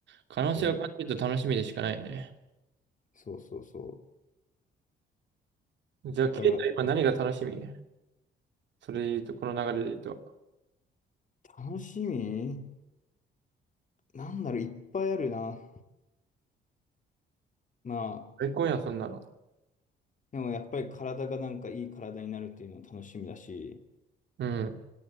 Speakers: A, on the right (about 65°); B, on the left (about 40°).
A: 可能性を感じると楽しみでしかないよね。
B: そう、そうそうそ
A: じゃあ、
B: う。
A: ケイタ今何が楽しみ
B: だから、
A: それで言うと、この流れで言うと。
B: 楽しみなんだろう、いっぱいあるな。まあ、
A: 最高やん、そんなの。
B: でもやっぱり体がなんかいい体になるっていうのは楽しみだし、
A: うん、